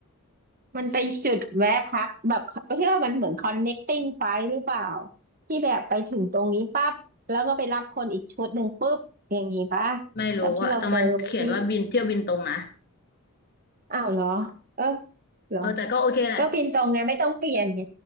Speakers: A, on the right; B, on the left.
A: มันไปจุดแวะพักแบบที่ว่ามันเหมือน connecting flight หรือเปล่าที่แบบไปถึงตรงนี้ปั๊บแล้วก็ไปรับคนอีกชุดหนึ่งปุ๊บอย่างนี้ปะ
B: ไม่รู้อะแต่มันเขียนว่าบินเที่ยวบินตรงนะ
A: แบบที่เราเจอเมื่อกี้อ้าวเหรอเออเหรอ
B: เออแต่ก็โอเคแหละ
A: ก็บินตรงไงไม่ต้องเปลี่ยนไง